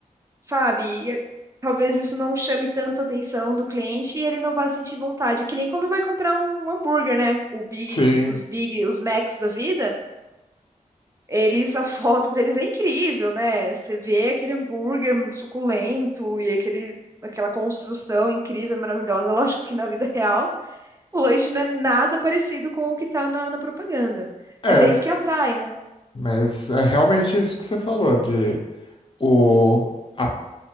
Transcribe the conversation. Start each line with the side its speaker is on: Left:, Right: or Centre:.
Right: sabe? E, eh, talvez isso não chame tanto a atenção do cliente e ele não vai sentir vontade. Que nem quando vai comprar um hambúrguer, né? O Big,
Left: sim.
Right: os Big, os Macs da vida. Eles, a foto deles é incrível, né? Você vê aquele hambúrguer suculento e aquele, aquela construção incrível e maravilhosa. Lógico que na vida <laughs> real o lanche não é nada parecido com o que tá na, na propaganda.
Left: É,
Right: Mas é isso que atrai, né?
Left: Mas é realmente isso que você falou, de o, a